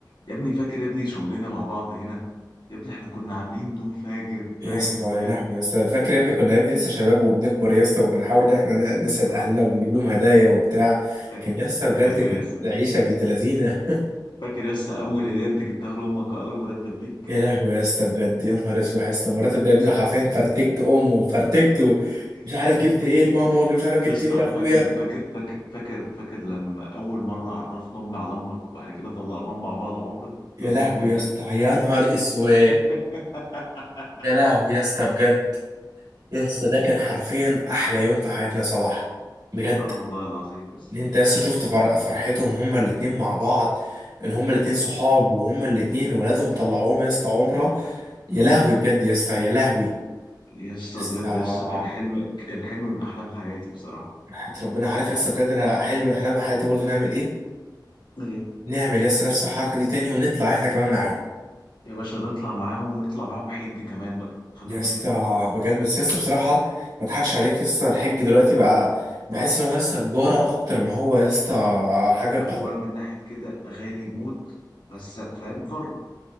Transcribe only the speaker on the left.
يا ابني فاكر يا ابني شغلنا مع بعض هنا يا ابني احنا كنا عاملين دو فاجر
فاجر
بجد
لا
فاكر
فاكر
يا اسطى
فاكر يا اسطى اول هديه انت جبتها لامك واول مرتب ليك
<laughs>
يا اسطى
فاكر فاكر فاكر فاكر فاكر لما اول مره عرفنا امي على امك وبعد كده طلعناهم مع بعض عمره
كانوا
متفاجئين
<laughs>
اه والله العظيم بس
يا اسطى
بجد يا اسطى كان حلم كان حلم من احلام حياتي بصراحه
ايه
يا باشا نطلع معاهم ونطلع معاهم حج كمان بقى خليهم
يحجوا
هو من ناحيه كده غالي موت بس فاهم فرض